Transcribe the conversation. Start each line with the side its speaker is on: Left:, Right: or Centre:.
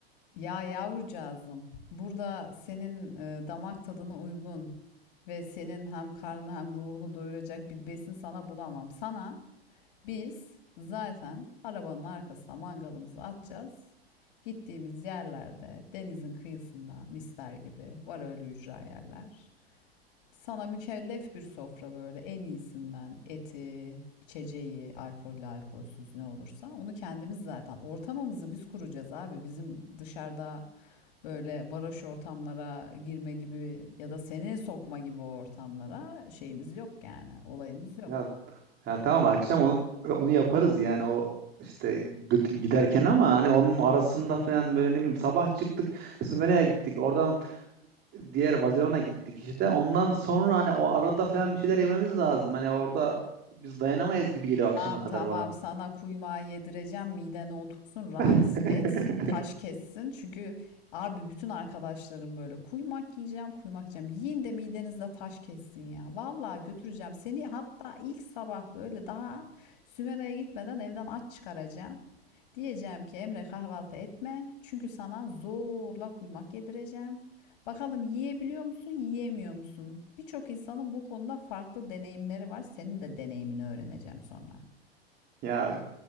Left: Ya yavrucağızım, burada senin e, damak tadına uygun ve senin hem karnını hem ruhunu doyuracak bir besin sana bulamam. Sana Biz zaten arabanın arkasına mangalımızı atacağız. Gittiğimiz yerlerde denizin kıyısında mister gibi var öyle ücra yerler. Sana mükellef bir sofra böyle en iyisinden eti, içeceği, alkollü, alkolsüz ne olursa onu kendimiz zaten ortamımızı biz kuracağız abi. Bizim dışarıda böyle varoş ortamlara girme gibi ya da seni sokma gibi ortamlara şeyimiz yok yani olayımız yok.
Right: Ya, ya tamam akşam onu, onu yaparız yani o işte gü- giderken ama hani onun arasında falan böyle ne bileyim sabah çıktık Sümele'ye gittik oradan diğer Vazirona gittik işte ondan sonra hani o arada falan bir şeyler yememiz lazım hani orada biz dayanamayız gibi geliyor
Left: Tamam
Right: akşama kadar
Left: tamam
Right: bana.
Left: sana kuymağı yedireceğim midene otursun rahat
Right: <laughs>
Left: et taş kessin çünkü abi bütün arkadaşlarım böyle kuymak yiyeceğim kuymak yiyeceğim yiyin de midenizde taş kessin ya vallahi götüreceğim seni hatta ilk sabah böyle daha Sümera'ya gitmeden evden aç çıkaracağım diyeceğim ki Emre kahvaltı etme çünkü sana zorla kuymak yedireceğim Bakalım yiyebiliyor musun, yiyemiyor musun? Birçok insanın bu konuda farklı deneyimleri var. Senin de deneyimini öğreneceğim sonra.
Right: Ya